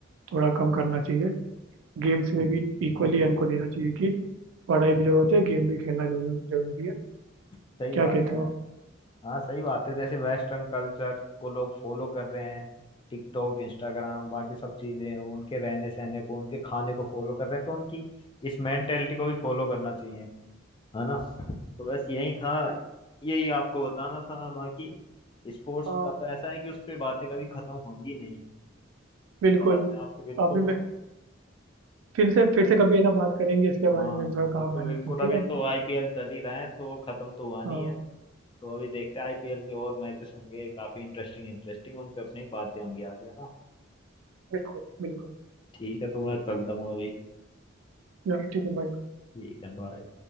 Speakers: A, on the right; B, on the left.
A: थोड़ा कम करना चाहिए गेम्स में भी इक्वली हमको देना चाहिए कि पढ़ाई भी जरूरत है गेम भी खेलना जरूर- जरूरी है
B: सही
A: क्या
B: बात
A: कहते
B: है
A: हो
B: हाँ सही बात है जैसे वेस्टर्न कल्चर को लोग फॉलो कर रहे हैं टिकटॉक इंस्टाग्राम बाकी सब चीजें उनके रहने सहने को उनके खाने को फॉलो कर रहे हैं तो उनकी इस मेंटेलिटी को भी फॉलो करना चाहिए है ना तो बस यही था यही आपको बताना था बाकी स्पोर्ट्स
A: आप
B: का तो ऐसा है कि उस पर बातें कभी खत्म होंगी नहीं
A: बिल्कुल
B: बात मैं आपसे बिल्कुल
A: अभी मैं फिर से फिर से कभी है ना बात करेंगे इसके बारे
B: हाँ
A: में भी थोड़ा
B: बिल्कुल
A: काम आ रहा
B: बिल्कुल
A: है तो ठीक
B: अभी
A: है ना
B: तो आईपीएल चल ही रहा है तो खत्म तो हुआ नहीं
A: हाँ
B: है तो अभी देखते हैं आईपीएल के और मैचेस होंगे काफी इंटरेस्टिंग इंटरेस्टिंग उन पे अपनी बातें होंगी आगे है ना
A: बिल्कुल बिल्कुल
B: ठीक है तो मैं चलता हूँ अभी
A: या, ठीक है बाय
B: ठीक है बाय